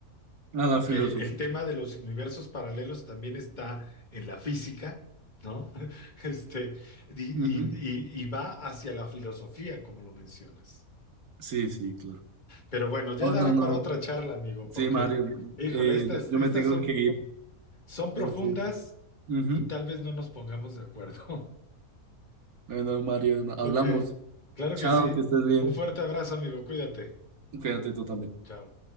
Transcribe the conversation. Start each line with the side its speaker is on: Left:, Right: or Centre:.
Right: A la
Left: Porque
Right: filosofía.
Left: el tema de los universos paralelos también está en la física, ¿no? <laughs> Este, y, y-
Right: Ujú.
Left: y- y va hacia la filosofía, como lo mencionas.
Right: Sí, sí, claro.
Left: Pero bueno, ya
Right: Oh,
Left: dará
Right: no, no.
Left: para otra charla, amigo, porque,
Right: Sí, Mario.
Left: híjole,
Right: eh,
Left: estas,
Right: ya- yo
Left: estas
Right: me tengo
Left: son,
Right: que ir.
Left: son profundas
Right: Entonces, ujú.
Left: y tal vez no nos pongamos de acuerdo. <laughs>
Right: Bueno, Mario,
Left: Ok,
Right: hablamos.
Left: claro
Right: Chao,
Left: que sí.
Right: que estés bien.
Left: Un fuerte abrazo, amigo. Cuídate.
Right: Cuídate tú también.
Left: Chao.